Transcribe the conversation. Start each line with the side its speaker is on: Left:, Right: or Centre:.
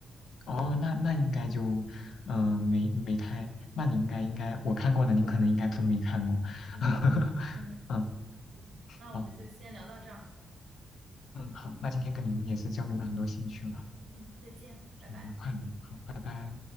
Left: 哦，那那应该就，嗯，没没太，那你应该应该，我看过的您可能应该都没看过。
Right: 嗯嗯，
Left: <laughs> 嗯，
Right: 是的那我们就先聊到这儿。
Left: 好，嗯，好，那今天跟您也是交流了很多兴趣了，
Right: 嗯，再见，拜拜。
Left: 挺愉快的。好，拜拜。